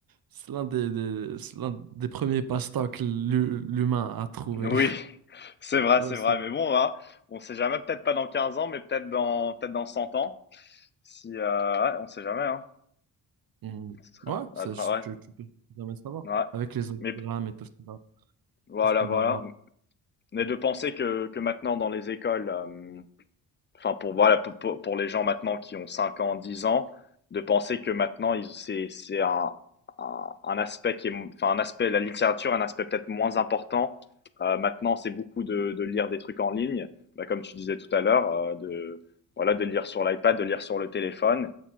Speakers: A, on the right; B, on the left.
A: c'est l'un des, des- c'est l'un des premiers passe-temps que l'hu- l'humain a trouvé.
B: Oui, <laughs> c'est vrai,
A: Tu
B: c'est
A: vois,
B: vrai.
A: c'est-
B: Mais bon, voilà, on sait jamais, peut-être pas dans 15 ans, mais peut-être dans, peut-être dans 100 ans. Si, euh, ouais, on sait jamais, hein.
A: on-
B: Ce sera,
A: Ouais,
B: ouais,
A: ça, je-
B: ouais.
A: tu, tu peux jamais savoir.
B: ouais.
A: Avec les hologrammes
B: Mais
A: et tout ça,
B: voilà,
A: tout ce qu'on
B: voilà.
A: va avoir.
B: Mais de penser que, que maintenant dans les écoles, euh, enfin pour voilà pour, pour- pour les gens maintenant qui ont 5 ans, 10 ans, de penser que maintenant ils- c'est c'est un, un, un aspect qui est m- enfin un aspect la littérature un aspect peut-être moins important. Euh, maintenant c'est beaucoup de, de lire des trucs en ligne, bah, comme tu disais tout à l'heure, euh, de voilà de lire sur l'iPad, de lire sur le téléphone,